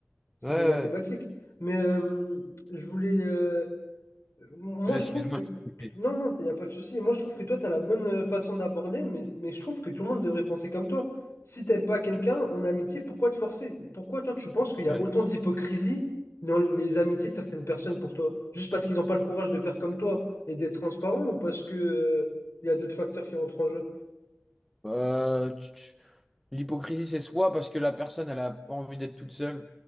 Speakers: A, on the left (about 80°); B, in the centre.
A: C'est
B: Ouais, ouais.
A: des mathématiques. Mais euh, je voulais... euh, Moi,
B: Ouais,
A: je
B: excuse-moi,
A: trouve que...
B: je t'ai coupé.
A: Non, non, il n'y a pas de souci. Moi, je trouve que toi, tu as la bonne euh, façon d'aborder, mais... mais je trouve que tout le monde devrait penser comme toi. Si t'aimes pas quelqu'un en amitié, pourquoi te forcer? Pourquoi toi, tu penses qu'il y a
B: Ouais.
A: autant d'hypocrisie dans les amitiés de certaines personnes pour toi? Juste parce qu'ils n'ont pas le courage de faire comme toi et d'être transparent ou parce que, euh, il y a d'autres facteurs qui rentrent en jeu?
B: Euh, tu- tu- L'hypocrisie, c'est soit parce que la personne, elle a pas envie d'être toute seule,